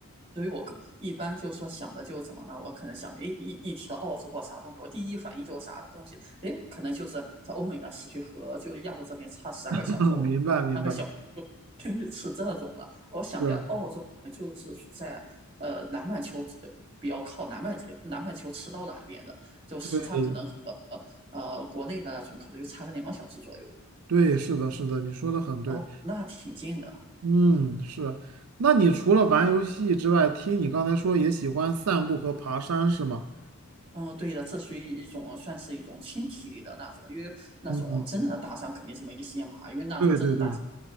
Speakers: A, on the right; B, on the right.
A: 所以我更一般就说想的就怎么呢？我可能想的，诶，一一提到澳洲或啥东西，我第一反应就是啥东西，诶，可能就是像欧美的时区和就亚洲这边差十二个小时或三个小时
B: <laughs> 明白明白，
A: 确实是这种的。我想一下，
B: 是，
A: 澳洲就是在呃南半球呃比较靠南半球南半球赤道那边的，就时差可能和
B: 对
A: 呃国内的那种可能就差个两个小时左右。
B: 对，是的，是的，你说的很对。
A: 哦，那挺近的。
B: 嗯，是。那你除了玩游戏之外，听你刚才说也喜欢散步和爬山是吗？
A: 嗯，对的，这属于一种算是一种轻体力的那种，因为那种真正的大山肯定是没时间爬，
B: 嗯，
A: 因为那种真正大山
B: 对对对